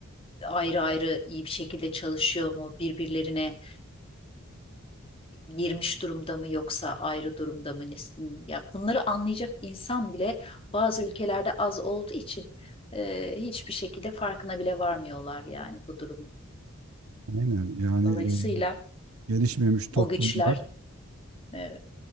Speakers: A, on the left (about 25°); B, on the right (about 80°).
A: ayrı ayrı iyi bir şekilde çalışıyor mu? Birbirlerine girmiş durumda mı yoksa ayrı durumda mı? Ya bunları anlayacak insan bile bazı ülkelerde az olduğu için e, hiçbir şekilde farkına bile varmıyorlar yani bu durumun.
B: Aynen yani
A: Dolayısıyla
B: e, gelişmemiş toplumlar
A: o güçler e,